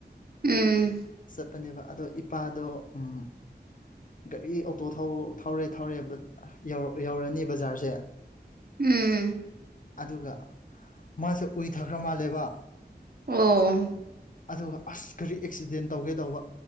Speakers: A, on the right; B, on the left.
A: ꯎꯝ
B: ꯆꯠꯄꯅꯦꯕ ꯑꯗꯣ ꯏꯄꯥꯗꯣ ꯎꯝ ꯒꯥꯔꯤ ꯑꯣꯇꯣ ꯊꯧꯔꯦ ꯊꯧꯔꯦ ꯕꯠ ꯌꯧ ꯌꯧꯔꯅꯤ ꯕꯖꯥꯔꯁꯦ
A: ꯎꯝ
B: ꯑꯗꯨꯒ ꯃꯥꯁꯦ ꯎꯏꯊꯈ꯭ꯔ ꯃꯥꯜꯂꯦꯕ
A: ꯑꯣ
B: ꯑꯗꯨꯒ ꯑꯁ ꯀꯔꯤ ꯑꯦꯛꯁꯤꯗꯦꯟ ꯇꯧꯒꯦ ꯇꯧꯕ